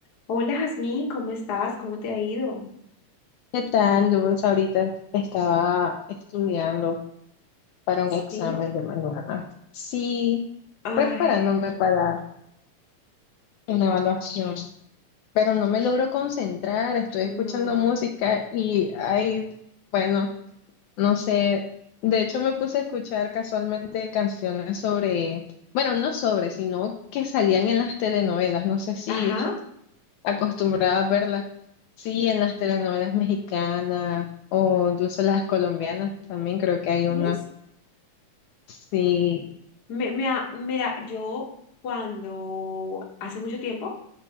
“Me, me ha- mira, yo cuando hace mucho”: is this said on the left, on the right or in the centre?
Left